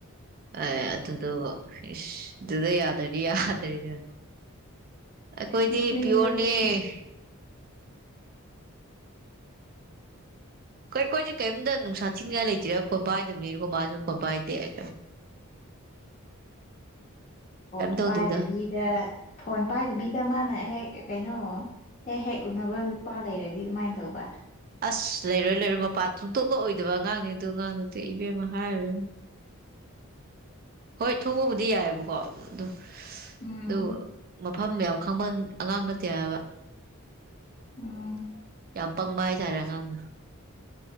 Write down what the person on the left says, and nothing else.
ꯅꯣꯛꯅꯤꯡꯕꯁꯤꯗꯤ
ꯐꯣꯟ
ꯄꯥꯏꯗꯕꯤꯗ ꯐꯣꯟ ꯄꯥꯏꯗꯕꯤꯗ ꯃꯥꯅ ꯍꯦꯛ ꯀꯩꯅꯣ ꯍꯦꯛ ꯍꯦꯛ ꯎꯅꯕ ꯂꯨꯄꯥ ꯂꯩꯔꯗꯤ ꯀꯃꯥꯏꯅ ꯇꯧꯕ
ꯎꯝ
ꯎꯝ